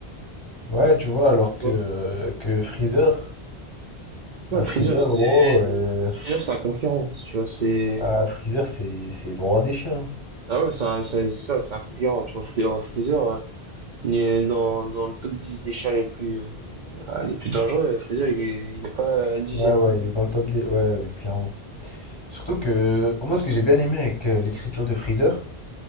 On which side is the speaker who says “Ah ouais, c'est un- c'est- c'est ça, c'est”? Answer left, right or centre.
Right